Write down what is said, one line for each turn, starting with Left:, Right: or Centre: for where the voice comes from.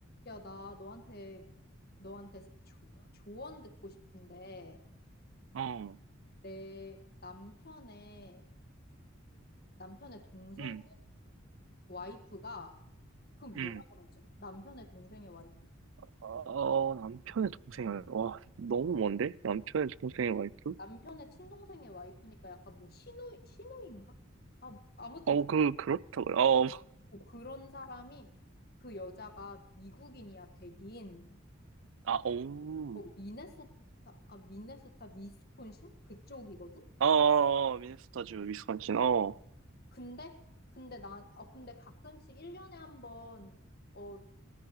Left: 야, 나 너한테, 너한테 조, 조언 듣고 싶은데,
Right: 어,
Left: 내 남편의, 남편의 동생
Right: 음,
Left: 와이프가, 그럼
Right: 음.
Left: 뭐라 그러지? 남편의 동생의 와이프?
Right: 어, 남편의 동생이, 와 너무 먼데? 남편의 동생의 와이프?
Left: 남편의 친동생의 와이프니까 약간 뭐 신우, 시누인가 아, 뭐, 아무튼
Right: 어,
Left: 그-
Right: 그, 그렇다고요. 어,
Left: 뭐 그런 사람이 그 여자가 미국인이야, 백인.
Right: 아, 오.
Left: 어, 미네소타, 아, 미네소타, 위스콘신? 그쪽이거든?
Right: 어, 어, 미네소타주, 위스콘신, 어,
Left: 근데 근데 나 어 근데 가끔씩 1년에 한 번 어